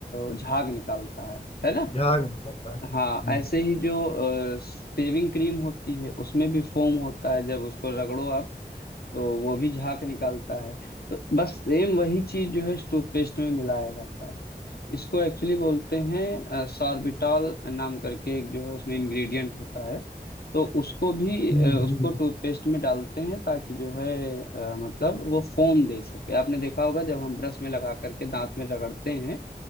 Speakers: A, on the left; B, on the left.
A: अ, झाग निकालता है है ना
B: झाग नहीं पड़ता है
A: हाँ
B: हम्म
A: ऐसे ही जो शेविंग क्रीम होती है उसमें भी फोम होता है जब उसको रगड़ो आप तो वो भी झाग निकालता है तो बस सेम वही चीज जो है टूथपेस्ट में मिलाया जाता है इसको एक्चुअली बोलते हैं सार्बिटॉल नाम करके एक जो है उसमें इंग्रेडिएंट होता है तो उसको भी
B: हम्म,
A: अ, उसको
B: हम्म।
A: टूथपेस्ट में डालते हैं ताकि जो है अ, मतलब वो फोम दे सके आपने देखा होगा जब हम ब्रश में लगा करके दांत में रगड़ते हैं